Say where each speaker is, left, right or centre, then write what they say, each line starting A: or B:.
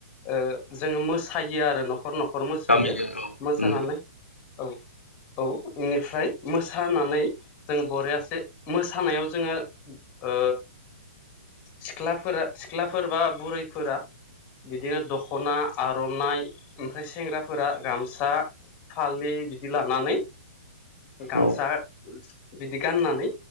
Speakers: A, on the left (about 25°); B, on the left (about 85°).
A: ओ जोङो मोसायो आरो न'खर न'ख खर मोसायो
B: गामिजों औ
A: मोसानानै
B: उम
A: औ औ बेनिफ्राय मोसानानै जों बरेयासे मोसानायाव जोङो ओ सिख्लाफोरा सिख्लाफोर बा बुरैफोरा बिदिनो दख'ना आर'नाइ ओमफ्राय सेंग्राफोरा गामसा फालि बिदि लानानै गामसा
B: औ
A: बिदि गाननानै